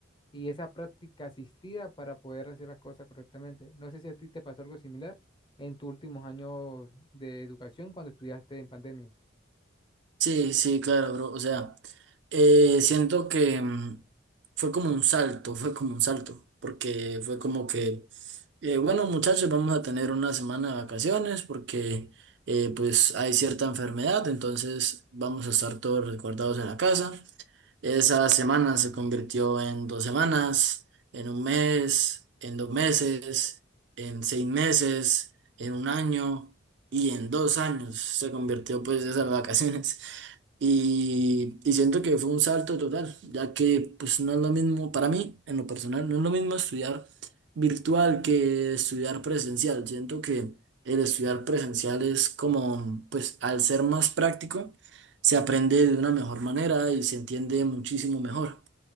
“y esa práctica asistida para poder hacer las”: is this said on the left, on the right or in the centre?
Left